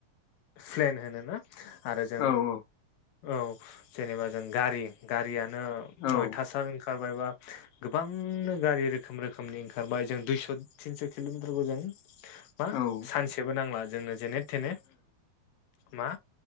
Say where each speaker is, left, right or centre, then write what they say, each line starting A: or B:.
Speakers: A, on the left (about 90°); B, on the left (about 65°).
A: प्लेन होनो ना आरो जों
B: औ
A: औ जेनेबा जों गारि गारियानो
B: औ
A: अयथासार ओंखारबायबा गोबांनो गारि रोखोम रोखोमनि ओंखारबाय जों दुइस थिनस किलमिटारखौ जों मा
B: औ ओ
A: सानसेबो नांला जोंनो जेने थेने मा